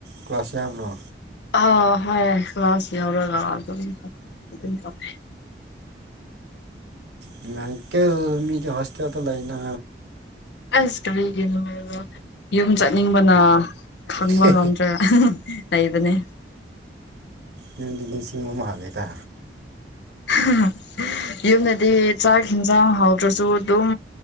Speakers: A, on the right (about 70°); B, on the left (about 75°).
A: ꯀ꯭ꯂꯥꯁ ꯌꯥꯎꯕ꯭ꯔꯣ
B: ꯑꯥ ꯍꯥꯏ ꯀ꯭ꯂꯥꯁ ꯌꯥꯎꯔꯒ ꯑꯗꯨꯝ ꯑꯗꯨꯝ ꯇꯝꯃꯦ
A: ꯅꯨꯉꯥꯏꯀꫭ ꯃꯤꯗꯤ ꯍꫭꯁꯇꯦꯜꯗ ꯂꯩꯅ
B: ꯑꯁ ꯀꯔꯤꯒꯤꯅꯣ ꯍꯥꯏꯕ ꯌꯨꯝ ꯆꯠꯅꯤꯡꯕꯅ ꯈꯥꯡꯕ
A: ꯍꯦ
B: ꯉꯝꯗ꯭ꯔꯦ ꯂꯩꯕꯅꯦ
A: ꯌꯨꯝꯗꯤ ꯅꯤꯡꯁꯤꯡꯕ ꯃꯥꯜꯂꯦꯗ
B: <unintelligible> ꯌꯨꯝꯗꯗꯤ ꯆꯥꯛ ꯍꯟꯖꯥꯡ ꯍꯥꯎꯗ꯭ꯔꯁꯨ ꯑꯗꯨꯝ